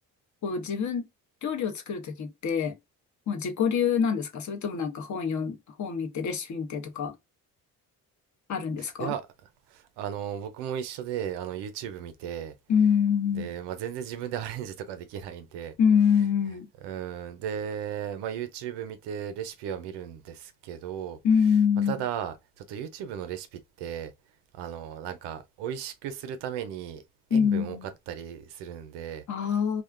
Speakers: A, on the left; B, on the right.
A: こう自分、料理を作るときって、もう自己流なんですかそれともなんか本読ん、本見てレシピ見てとかあるんですか
B: いや、あの、僕も一緒で、あの、YouTube 見て、
A: うーん、
B: で、まあ、全然自分でアレンジとかできないんで、
A: うーん、う
B: うん、で、まあ、YouTube 見てレシピは見るんですけど、
A: ーん、
B: まあ、ただ、ちょっと YouTube のレシピって、あの、なんか、美味しくするために塩分多かったりするんで、
A: うーん。ああ、